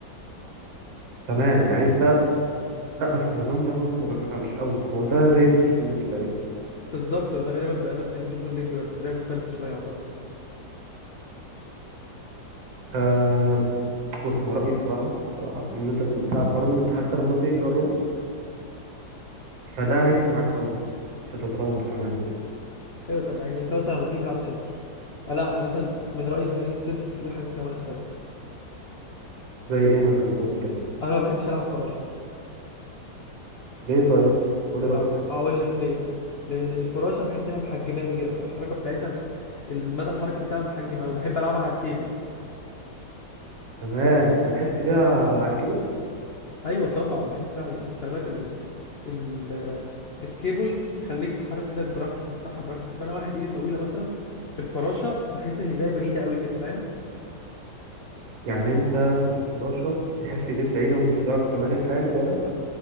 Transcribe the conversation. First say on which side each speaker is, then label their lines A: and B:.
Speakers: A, on the right (about 80°); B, on the left (about 50°).
A: تمام يعني انت لا بس النظام ده برضه لا لا، مش قوي ما هو ده زي البوش بول ليج تقريبا
B: بالظبط ده غالبا بقى نفس البوش بول ليج بس طريقه مختلفه شويه اعتقد
A: أه بص انا رايي بصراحه بصراحه ان انت بتلعب ارنولد حتى لما تيجي تجربه فده هيفرق معاك قوي في التطور كمان وكده
B: ايوه طب يعني انت مثلا لما تيجي تلعب صدر لا يعني مثلا من رايي تمارين الصدر في حاجات كتير مالهاش لازمه
A: زي ايه مثلا قلت كده
B: انا ما بحبش العب فراشه
A: ليه طيب قولي رأيك
B: ه- هقول لك ليه لان الفراشه بحس انها محجماني كده الحركه بتاعتها بتاع... المدى الحركي بتاعها محجم أوي بحب العبها على الكيبل
A: تمام بتحس بيها على الكيبورد
B: ايوه طبعا بحس بيها بس خلي بالك ال... ال... ال... الكيبل بيخليك تحرك ايدك براحتك تفتحها براحتك فانا واحد ايدي طويله مثلا في الفراشه بحس ان ايديا بعيده قوي كده فاهم
A: يعني انت في الفراشة بتحس ايدك بعيدة ومش بتعرف تماركها يعني ده رأيك